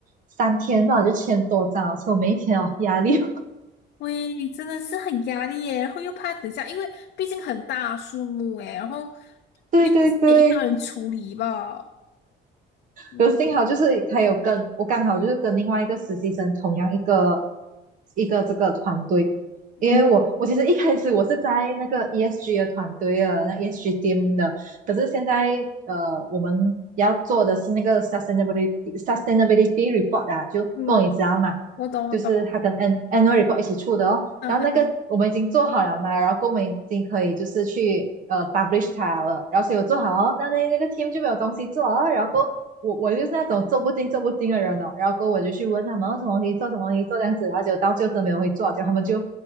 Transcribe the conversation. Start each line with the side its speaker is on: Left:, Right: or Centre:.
Right: 三天吧我就千多张了所以我每一天哦压力哦，
Left: 喂，真的是很压力耶，然后又怕等一下，因为毕竟很大数目诶，然后
Right: <laughs> 对对对，
Left: 你又不是你一个人处理吧？嗯
Right: 有幸好就是他有跟我刚好就是跟另外一个实习生同样一个一个这个团队，
Left: 嗯
Right: 因为我我其实一开始我是在那个 ESG 的团队啊，那 ESG team 的，可是现在呃我们要做的是那个 sustainability sustainability report 啊，就够你知道嘛，
Left: 嗯，我懂我懂，
Right: 就是它跟 an- n u a l report 一起出的哦。
Left: 嗯嗯，
Right: 然后那个我们已经做好了嘛，然后我们已经可以就是去呃 publish 它了，然后所以我做好哦，但那那个 team 就没有东西做哦，然后我我就是那种做不精做不精的人哦，然后过后我就去问他们哦什么东西做什么东西做这样子，然后就到最后真没有会做，结果他们就